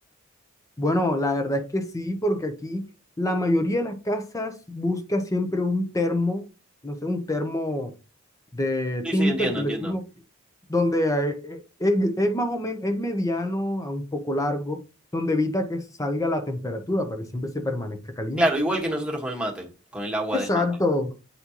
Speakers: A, on the left (about 15°); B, in the centre.
A: Bueno, la verdad es que sí, porque aquí la mayoría de las casas busca siempre un termo, no sé, un termo de
B: Sí,
A: tinto,
B: sí, entiendo,
A: aquí
B: entiendo.
A: lo decimos, donde eh, eh, es, es más o menos, es mediano a un poco largo, donde evita que salga la temperatura para que siempre se permanezca caliente.
B: Claro, igual que nosotros con el mate, con el agua
A: Exacto,
B: del mate.